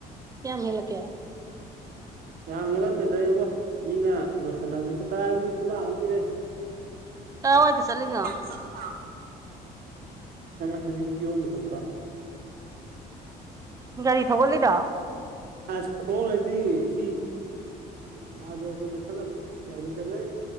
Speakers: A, on the right; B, on the right.
A: ꯀꯌꯥꯝ ꯍꯦꯛꯂꯛ ꯀꯦ
B: ꯌꯥꯝꯅ ꯍꯦꯛꯂꯛꯇꯦꯗ ꯏꯕꯣ ꯃꯤꯅ ꯂꯣꯏꯁꯤꯜꯂꯝꯃꯤꯗ ꯀꯗꯥꯥꯏ ꯃꯤ ꯈꯨꯌꯥꯝ ꯑꯃꯅꯦꯍꯦ
A: ꯀꯥꯏ ꯋꯥꯏꯗ ꯆꯠꯂꯤꯅꯣ
B: <unintelligible> ꯁꯅꯥꯃꯍꯤ ꯀꯤꯍꯣꯝ ꯃꯊꯛꯇ
A: ꯒꯥꯔꯤ ꯊꯧꯒꯠꯂꯤꯔꯣ
B: ꯑꯁ ꯈꯣꯡꯅꯗꯤ <unintelligible> ꯃꯥꯗꯣ ꯑꯩꯈꯣꯏ ꯅꯤ ꯄꯨꯂꯞ ꯒꯥꯔꯤꯗ ꯆꯠꯂꯦ